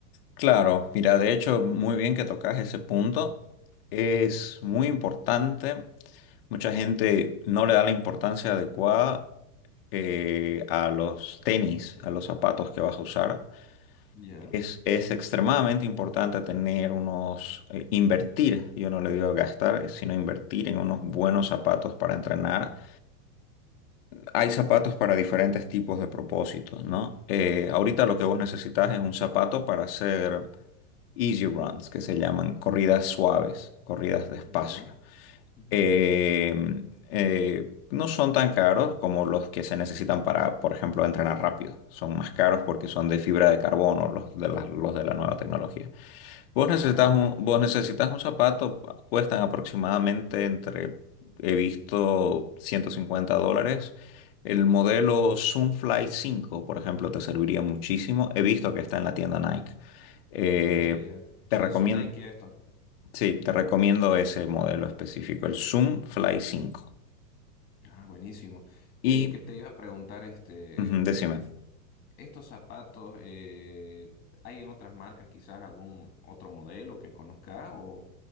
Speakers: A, on the left (about 35°); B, on the left (about 20°).
A: Claro, mira, de hecho, muy bien que tocas ese punto. Es muy importante. Mucha gente no le da la importancia adecuada eh, a los tenis, a los zapatos que vas a usar.
B: Ya,
A: Es, es extremadamente importante tener unos, eh, invertir, yo no le digo gastar, sino invertir en unos buenos zapatos para entrenar Hay zapatos para diferentes tipos de propósitos, ¿no? Eh, ahorita lo que vos necesitas es un zapato para hacer easy runs, que se llaman corridas suaves, corridas despacio.
B: ya, ujú.
A: Eh, eh, no son tan caros como los que se necesitan para, por ejemplo, entrenar rápido. Son más caros porque son de fibra de carbono, los de las- los de la nueva tecnología. Vos necesitas
B: Ah, ya,
A: un,
B: ya.
A: vos necesitas un zapato, cuestan aproximadamente entre, he visto, 150 dólares. El modelo Zoomfly cinco por ejemplo, te serviría muchísimo. He visto que está en la tienda Nike. Eh,
B: Ah, ya, ya. Son,
A: te recomiendo,
B: son Nike esto.
A: sí, te recomiendo ese modelo específico, el Zoomfly cinco
B: Ah, buenísimo.
A: Y,
B: Te, que te iba a preguntar, este,
A: ujú, decime.
B: Estos zapatos, eh, ¿hay en otras marcas quizás algún otro modelo que conozca o...?